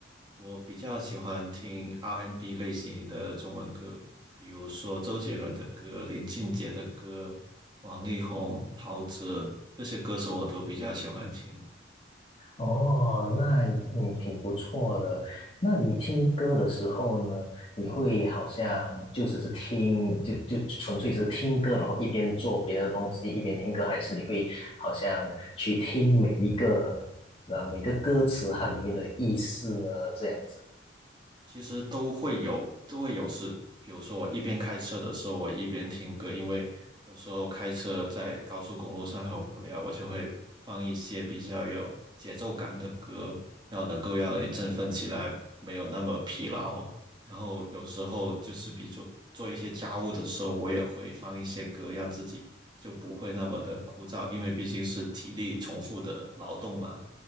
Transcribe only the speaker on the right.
我比较喜欢听 R&B n 类型的中文歌，比如说周杰伦的歌、林俊杰的歌、王力宏、陶喆这些歌手，我都比较喜欢听。
其实都会有，都会有事。比如说，我一边开车的时候，我一边听歌，因为有时候开车在高速公路上很无聊，我就会放一些比较有节奏感的歌，然后能够让人振奋起来，没有那么疲劳。然后有时候就是比做做一些家务的时候，我也会放一些歌，让自己就不会那么的枯燥，因为毕竟是体力重复的劳动嘛。